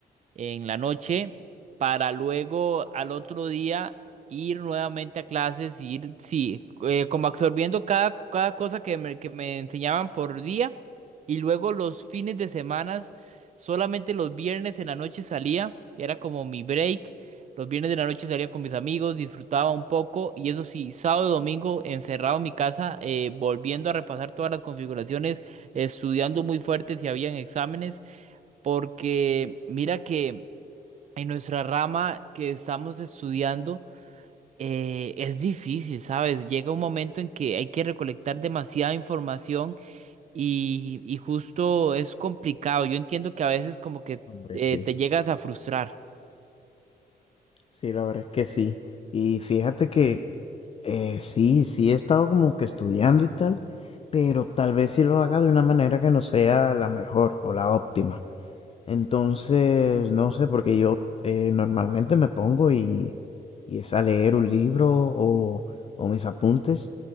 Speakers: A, on the right (about 45°); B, on the left (about 35°).
A: en la noche para luego al otro día ir nuevamente a clases, y ir, sí, eh, como absorbiendo cada, cada cosa que me, que me enseñaban por día y luego los fines de semanas, solamente los viernes en la noche salía, que era como mi break. Los viernes de la noche salía con mis amigos, disfrutaba un poco y eso sí, sábado y domingo encerrado en mi casa, eh, volviendo a repasar todas las configuraciones, estudiando muy fuerte si habían exámenes, porque mira que en nuestra rama que estamos estudiando, eh, es difícil, ¿sabes? Llega un momento en que hay que recolectar demasiada información y, y justo es complicado. Yo entiendo que a veces como que
B: Hombre,
A: eh,
B: sí.
A: te llegas a frustrar.
B: Sí, la verdad es que sí. Y fíjate que eh, sí, sí he estado como que estudiando y tal, pero tal vez sí lo haga de una manera que no sea la mejor o la óptima. Entonces, no sé, porque yo eh, normalmente me pongo y, y es a leer un libro o, o mis apuntes,